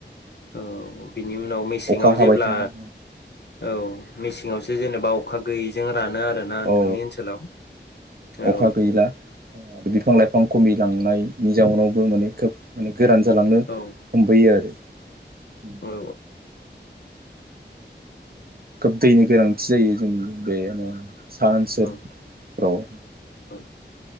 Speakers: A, on the left; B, on the right.
A: औ। बिनि उनाव मेसेङाव
B: अखा हाबाय
A: जेब्ला
B: थानाय
A: औ मेसेङावसो जेनेबा अखा गैयिजों रानो आरोना नोंथांनि
B: औ
A: ओनसोलाव औ
B: अखा गैला बिफां लाइफां खमिलांनाय नि जाउनावबो माने खोब माने गोरान जालांनो
A: औ
B: हमबोयो आरो ओं।
A: औ
B: खोब दैनि गोनांथि जायो। जों बेयोनो सा ओनसोल
A: औ
B: फोराव
A: औ।